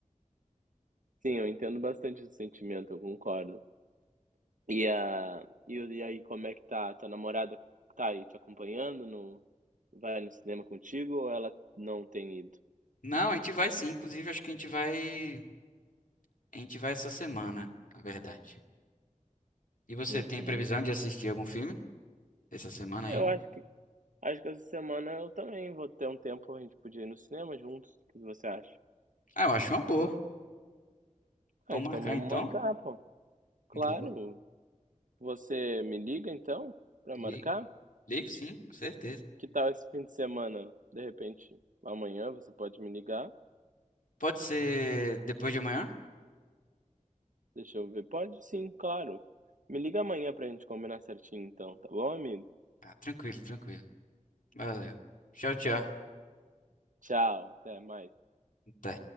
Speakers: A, on the right; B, on the left.
A: Sim, eu entendo bastante esse sentimento, eu concordo. E, a, e, o- e aí, como é que tá? Tua namorada tá aí te acompanhando? No, vai no cinema contigo ou ela não tem ido?
B: Não, a gente vai sim. Inclusive, acho que a gente vai. A gente vai essa semana, na verdade. E você
A: Uhum.
B: tem previsão de assistir algum filme essa semana
A: Eu
B: ainda?
A: acho que, acho que essa semana eu também vou ter um tempo, a gente podia ir no cinema juntos. O que você acha?
B: Ah, eu acho uma boa.
A: Ah,
B: Vamos
A: então
B: marcar
A: vamos
B: então?
A: marcar, pô. Claro.
B: Vou-
A: Você me liga então pra marcar?
B: Ligo, ligo sim, com certeza.
A: Que tal esse fim de semana? De repente, amanhã você pode me ligar?
B: Pode ser depois de amanhã?
A: Deixa eu ver. Pode sim, claro. Me liga amanhã pra gente combinar certinho então, tá bom, amigo?
B: Ah, tranquilo, tranquilo. Valeu. Tchau, tchau.
A: Tchau, até mais.
B: Até.